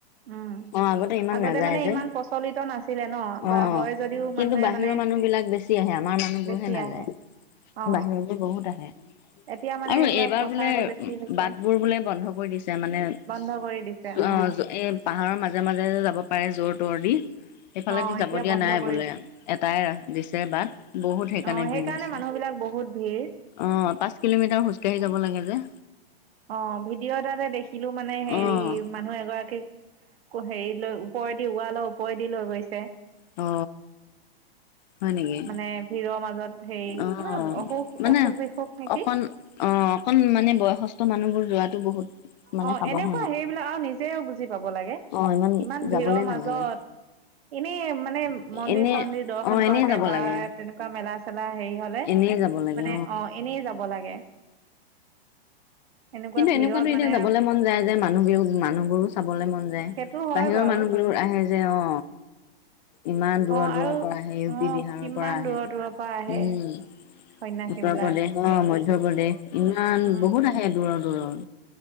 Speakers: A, on the right; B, on the left.
A: উম
B: অ' ইমান
A: আগতে
B: নাযায়
A: মানে
B: যে
A: ইমান প্ৰচলিত নাছিলে ন
B: অ'।
A: বা হয় যদিও
B: কিন্তু
A: মানুহে
B: বাহিৰৰ
A: মানে
B: মানুহ বিলাক বেছি আহে আমাৰ মানুহবোৰহে
A: বেছি
B: নাযায়
A: আহে অ
B: বাহিৰত বোৰ বহুত আহে
A: এতিয়া মানে
B: আৰু
A: এইবিলাক
B: এইবাৰ
A: প্ৰচাৰটো
B: বোলে
A: বেছি হৈছে
B: বাট বোৰ বোলে বন্ধ দি মানে অ
A: বন্ধ কৰি দিছে অ
B: এই পাহাৰৰ মাজে মাজে যে যাব পাৰে যত ফতৰ দি সেইফালেদি
A: অ
B: যাব
A: এতিয়া
B: দিয়া
A: বন্ধ
B: নাই
A: কৰি
B: বোলে
A: দিছে
B: এটাই ৰা দিছে বাট বহুত সেইকাৰণে
A: অ
B: ভিৰ হৈছে
A: মানুহ বহুত ভিৰ
B: অ পাঁচ কিলোমিটাৰ খোজকাাঢ়ি যাব লাগে যে
A: অ ভিডিঅ' এ তাতে দেখিলো মানে
B: অ',
A: হেৰি মানুহ এগৰাকীক হেৰি লৈ ওপৰেদি ৱালৈ ওপৰেদি লৈ গৈছে
B: অ হয় নেকি?
A: মানে ভিৰৰ মাজত হেৰি
B: অ
A: কিবা অসুখ
B: মানে
A: অসুখ বিসুখ নেকি
B: অকন অ অকন মানে বয়সস্থ মানুহবোৰ যোৱাো বহুত মানে
A: অ
B: সাৱধান
A: এনেকুৱা হেইবিলাক আৰু নিজেও বুজি পাব লাগে
B: অ',
A: ইমান
B: যাবলে
A: ভিৰৰ
B: নালাগে।
A: মাজত এনেই মানে মন্দিৰ
B: এনে
A: চন্দিৰ দৰ্শন
B: অ', এনেই
A: কৰাকে
B: যাব
A: বা
B: লাগে,
A: তেনেকুৱা মেলা চেলা হেৰি হলে
B: এনেই যাব লাগে
A: মানে অ এনেই যাব লাগে এনেকুৱা
B: কিন্তু
A: ভিৰত
B: এনেকুৱাটো এয়া
A: মানে
B: যাবলৈাগ মন যায় যে মানুহ বি মানুহবোৰো চাবলৈ মন যায়
A: সেইটো হয়
B: বাহিৰৰ
A: বাৰু
B: মানুহ বিোৰ আহে <unintelligible> অ। ইমান দূৰৰ
A: অ
B: দূৰৰ
A: আৰু
B: পৰা আহে ইউ
A: অ
B: পি বিহাৰৰ
A: কিমান
B: পৰা আহে
A: দূৰৰ দূৰৰ পৰা আহে
B: উম।
A: সন্যাসী
B: উত্তৰ
A: বিলাক
B: প্ৰদেশ
A: হেৰি
B: অ' মধ্য প্ৰদেশ ইমান
A: উম
B: বহুত আহে দূৰৰ দূৰৰ।